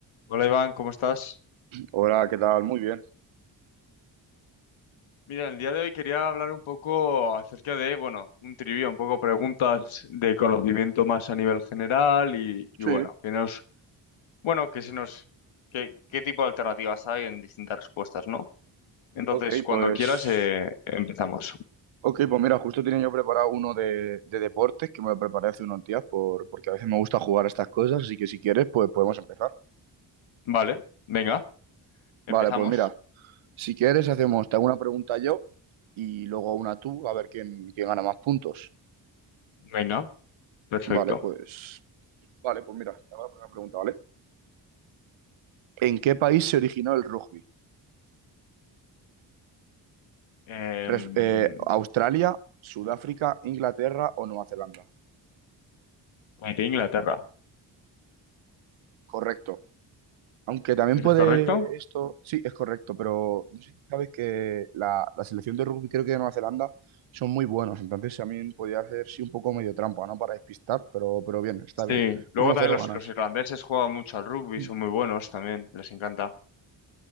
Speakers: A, on the left; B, on the right.
A: Hola Iván, ¿cómo estás?
B: Hola, ¿qué tal? Muy bien.
A: Mira, el día de hoy quería hablar un poco acerca de, bueno, un trivia, un poco preguntas de conocimiento más a nivel general y, y bueno,
B: Sí,
A: que nos, bueno, que se nos, que- qué tipo de alternativas hay en distintas respuestas, ¿no? Entonces,
B: ok,
A: cuando
B: pues.
A: quieras, eh, empezamos.
B: Ok, pues mira, justo tenía yo preparado uno de, de deportes que me lo preparé hace unos días por, porque a veces me gusta jugar a estas cosas, así que si quieres, pues podemos empezar.
A: Vale, venga, empezamos.
B: Vale, pues mira, si quieres hacemos, te hago una pregunta yo y luego una tú, a ver quién, quién gana más puntos.
A: Venga, perfecto.
B: Vale, pues. Vale, pues mira, te hago la primera pregunta, ¿vale? ¿En qué país se originó el rugby?
A: Em,
B: Res- eh, ¿Australia, Sudáfrica, Inglaterra o Nueva Zelanda?
A: de Inglaterra,
B: Correcto. Aunque también
A: ¿es
B: puede
A: correcto?
B: esto, sí, es correcto, pero no sé si sabes que la, la selección de rugby creo que de Nueva Zelanda son muy buenos, entonces también podía hacer sí un poco medio trampa, ¿no? Para despistar, pero, pero bien, está
A: Sí,
B: bien.
A: luego
B: Uno
A: también
B: cero
A: los,
B: ganas.
A: los irlandeses juegan mucho al rugby,
B: Mm,
A: son muy buenos también, les encanta,